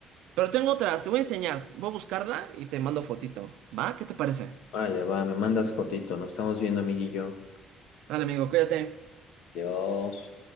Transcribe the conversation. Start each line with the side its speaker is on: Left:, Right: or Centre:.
Right: pero tengo otras, te voy a enseñar. Voy a buscarla y te mando fotito. ¿Va? ¿Qué te parece?
Left: Vale, va, me mandas fotito, nos estamos viendo, amiguillo.
Right: Dale, amigo, cuídate.
Left: Dios.